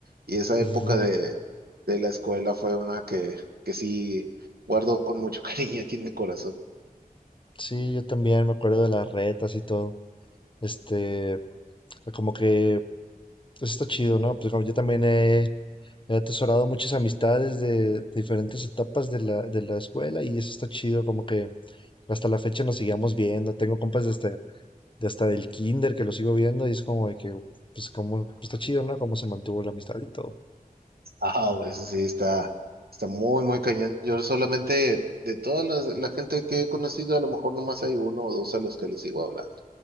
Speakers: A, on the right; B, on the left.
A: y esa
B: <laughs>
A: época de, de la escuela fue una que, que sí guardo con mucho <laughs> cariño aquí en mi corazón.
B: Sí, yo también me acuerdo de las retas y todo. Este, como que eso está chido, ¿no? Pues como yo también he, he atesorado muchas amistades de, diferentes etapas de la, de la escuela y eso está chido, como que hasta la fecha nos sigamos viendo. Tengo compas desde, de hasta del kinder que lo sigo viendo y es como de que, pues como, pues, está chido, ¿no? Cómo se mantuvo la amistad y todo.
A: Ah, eso sí, está, está muy, muy cañón. Yo solamente, de toda la, la gente que he conocido, a lo mejor nomás hay uno o dos a los que les sigo hablando.